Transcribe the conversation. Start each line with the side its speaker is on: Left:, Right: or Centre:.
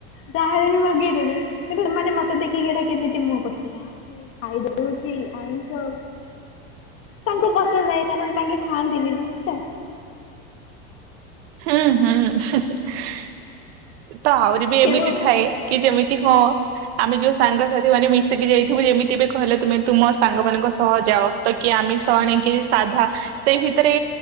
Left: ଯାହେଲେ ବି ମଗେଇଦେବି କିନ୍ତୁ ଏମାନେ ମତେ ଦେଖିକି ଏଟା କେମିତି ମୁହଁ କରୁଚି ୟାଉଁ ଏ ସେ ଖାଇଦଉଛି ଆଇଁଷ, ତାଙ୍କୁ ପସନ୍ଦ ନାଇଁ କାରଣ ତାଙ୍କେ ଖାଆନ୍ତିିନି ନା ସେଟା।
Right: ଉଁ ହୁଁ-ହୁଁହୁଁ ତ ଆହୁରି ବି
Left: କିନ୍ତୁ
Right: ଏମିତି ଥାଏ କି ଯେମିତ୍ କି ହଁ ଆମେ ଯୋଉ ସାଙ୍ଗସାଥିମାନେ ମିଶିକି ଯାଇଥିବୁ ଯେମିତି ଏବେ କହିଲ ତୁମେ, ତୁମ ସାଙ୍ଗମାନଙ୍କ ସହ ଯାଅ, ତ କିଏ ଆ ମିଷ ଆଣିକି ସାଧା ସେଇ ଭିତରେ